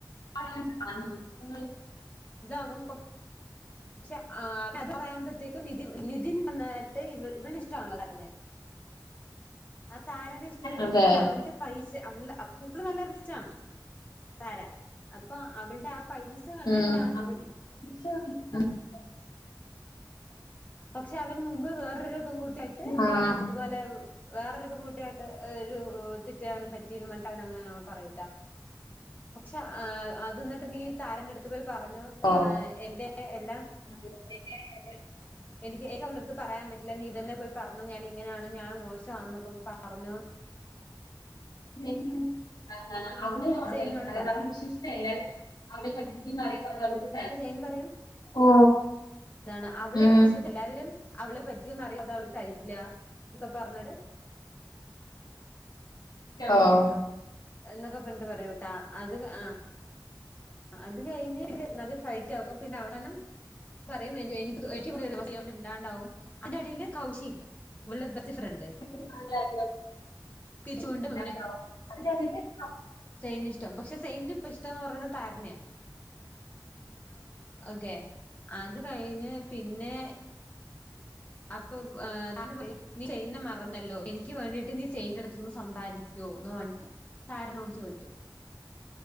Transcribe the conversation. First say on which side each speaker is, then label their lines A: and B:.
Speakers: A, on the left; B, on the left.
A: <inaudible>
B: ഇത് അവൻ പൊ പക്ഷെ ആ അത് പറയുമ്പോഴത്തേക്കും നി നിധിൻ വന്നിട്ട് ഇവളെ ഇഷ്ടാണ് പറയുന്നെ ആ താരനെ ഇഷ്ടപ്പെടുന്നത്
A: അതെ.
B: അവളുടെ പൈസ അവള് ഇപ്പോ നല്ല റിച്ച് ആണ് താരാ അപ്പൊ അവളുടെ ആ പൈസ കണ്ടിട്ടാണ്
A: ഉം <unintelligible>
B: പക്ഷെ അവൻ മുമ്പ് വേറൊരു പെൺകുട്ടിയായിട്ട്
A: ആഹ്
B: ഇതുപോലെ വേറൊരു പെൺകുട്ടിയായിട്ട് ഒരു തെറ്റ് അവനും പറ്റീരുന്ന എന്നിട്ട് അവന് അങ്ങനെ പറയൂട്ടാ പക്ഷെ ആ അത് എന്നിട്ട് നീ താരന്റെ അടുത്ത് പോയി പറഞ്ഞോ
A: ഓ
B: എന്റെ എല്ലാം
A: <inaudible>
B: എനിക്ക് ഇത് അവളടുത്ത് പറയാൻ പറ്റില്ല നീ ഇ തന്നെ പോയി പറഞ്ഞോ ഞാന് ഇങ്ങനെയാണ് ഞാൻ മോശാ എന്നൊക്കെ പറഞ്ഞോന്ന്
A: <inaudible>
B: സെയ്നോട് പറയും
A: <inaudible>
B: അപ്പൊ ജൈൻ പറയും
A: ഓ
B: എന്താണ് അവള്
A: ഉം.
B: എല്ലാവരും അവളെ പറ്റിയൊന്നും അറിയാതെ അവള് കഴിക്കില്ല ഒക്കെ പറഞ്ഞിട്
A: ഓഹ്
B: എന്നൊക്കെ പണ്ട് പറയൂട്ടാ അത് ആ അത് കഴിഞ്ഞ് നല്ല ഫയി റ്റാവും പിന്നെ അവസാനം പറയും എനി എനിക്ക് <unintelligible> ഇണ്ടാണ്ടാവും അതിന്റെടേയില് കൗശില്ലേ അവളുടെ ബെസ്റ്റ് ഫ്രണ്ട്
A: <inaudible>
B: തിരിച്ച് വീണ്ടും സൈൻ ഇഷ്ടം പക്ഷെ സൈൻ ഇപ്പ ഇഷ്ടംന്ന് പറയുന്നെ താരനെയാ ഓക്കെ അത് കഴിഞ്ഞ് പിന്നെ അപ്പൊ ആഹ് <unintelligible> പറഞ്ഞല്ലോ എനിക്ക് വേണ്ടീട്ട് നീ സെയിൻറ അടുത്തുന്ന് സമ്പാദിക്കുവോ എന്ന് പറഞ്ഞിട്ട് സാരനോട് ചോദിക്കും